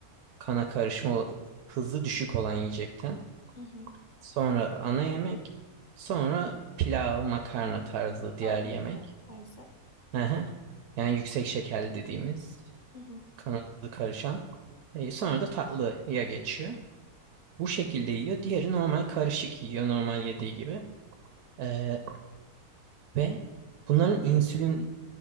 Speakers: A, on the right; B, on the left.
A: kana karışma hızı düşük olan yiyecekten.
B: hı hı.
A: Sonra ana yemek. Sonra pilav, makarna tarzı diğer
B: Karbonhidrat
A: yemek.
B: tarzı.
A: Aha. Yani yüksek şekerli dediğimiz.
B: Hı hı
A: Kanalı karışan. E, sonra da tatlıya geçiyor. Bu şekilde yiyor. Diğeri normal karışık yiyor normal yediği gibi. E, ve bunların insülin